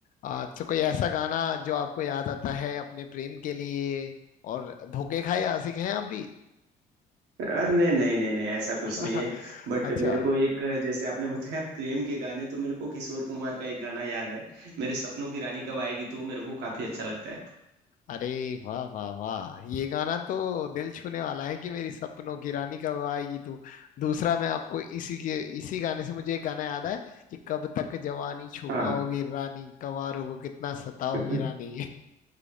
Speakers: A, on the left (about 50°); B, on the right (about 80°).
A: आ, तो कोई ऐसा गाना जो आपको याद आता है अपने प्रेम के लिए और धोखे खाए आशिक हैं आप भी
B: अ, नहीं नहीं नहीं नहीं ऐसा
A: <laughs>
B: कुछ नहीं है बट
A: अच्छा
B: मेरे को एक जैसे आपने बताया प्रेम के गाने तो मेरे को किशोर कुमार का एक गाना याद है मेरे सपनों की रानी कब आएगी तू मेरे को काफी अच्छा लगता है
A: अरे वाह वाह वाह ये गाना तो दिल छूने वाला है कि मेरी सपनों की रानी कब आएगी तू दूसरा मैं आपको इसी के इसी गाने से मुझे एक गाना याद है कि कब तक जवानी छुपाओगी
B: हाँ
A: रानी कंवारों को कितना सताओगी
B: <laughs>
A: रानी